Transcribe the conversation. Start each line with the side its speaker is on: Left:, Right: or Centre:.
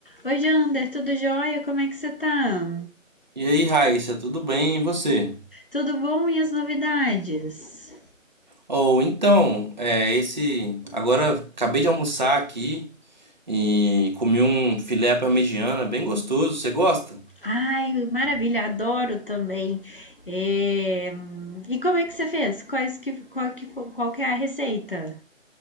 Left: Oi, Jander, tudo jóia? Como é que você tá?
Right: E aí, Raíssa, tudo bem? E você?
Left: Tudo bom e as novidades?
Right: Ou então, é, esse. Agora acabei de almoçar aqui e comi um filé à parmegiana bem gostoso. Você gosta?
Left: Ai, maravilha, adoro também. É, E como é que você fez? Quais que, qual, que, fo- qual que é a receita?